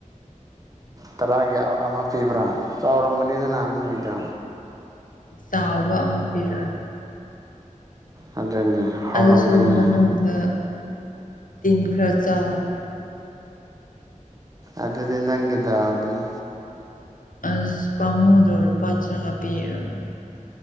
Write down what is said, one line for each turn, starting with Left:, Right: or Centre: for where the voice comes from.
Right: ꯇꯔꯥꯒꯤ ꯑꯝ ꯑꯃ ꯄꯤꯕ꯭ꯔꯥ ꯆꯥꯎꯔꯝꯒꯅꯤꯗꯅ ꯅꯣꯏꯗꯣ
Left: ꯆꯥꯎꯕ ꯑꯃ ꯄꯤꯔꯛꯑꯦ
Right: ꯑꯗꯨꯅꯦ ꯍꯥꯎꯔꯝꯒꯅꯤ
Left: ꯑꯗꯨꯁꯨ ꯃꯅꯨꯡꯗ ꯇꯤꯟ ꯈꯔ ꯆꯥꯕ
Right: ꯑꯗꯨꯗꯤ ꯅꯪꯒꯤ ꯗꯥꯎꯗꯅꯦ
Left: ꯑꯁ ꯄꯥꯝꯃꯨꯗ꯭ꯔꯣ ꯂꯨꯄꯥ ꯇ꯭ꯔꯥ ꯄꯤꯔꯒ